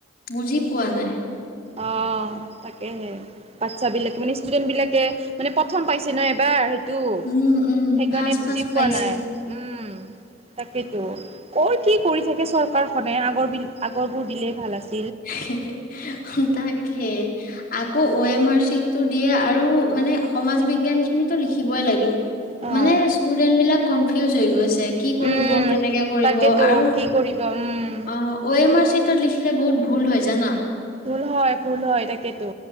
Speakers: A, on the left; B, on the right.
A: বুজি পোৱা নাই
B: অ তাকেহে বাচ্ছ বিলাকে মানে ষ্টুডেন্ট বিলাকে মানে প্ৰথম পাইছে ন এবাৰ তো
A: উম উম
B: সেইকাৰণে
A: ফাৰ্ষ্ট
B: বুজি
A: ফাৰ্ষ্ট
B: পোৱা
A: পাইছে
B: নাই উম তাকেতো কত কি কৰি থাকে চৰকাৰখনে আগৰ আগৰবোৰ দিলে ভাল আছ
A: হি হি হি তাকে। আকৌ অ এম আৰ চি। তো দিয়ে আও মানে সমাজ বিজ্ঞান খিনিতো লিখিবই লাগে।
B: অ'
A: মানে ষ্টুডেন্ট বিলাক কনফিউজ হৈ তে কি কৰিব?
B: উম
A: কেনেকে কৰিব?
B: তাকেতো
A: আৰু
B: কি কৰিব উম
A: অ, অ এম আৰ চিটো লিখি ছিলে বহুদ ভুল হয়। জানা।
B: ভুল হয়। ভুল হয়। তাকেতো।